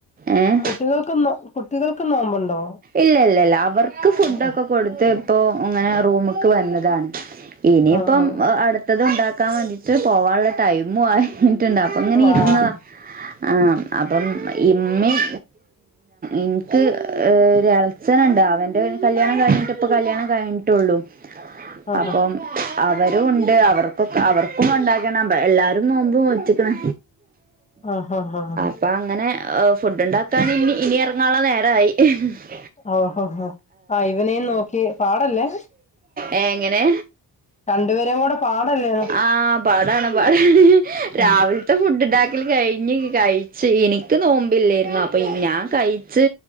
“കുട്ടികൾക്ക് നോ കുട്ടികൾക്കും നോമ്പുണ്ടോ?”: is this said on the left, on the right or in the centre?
Left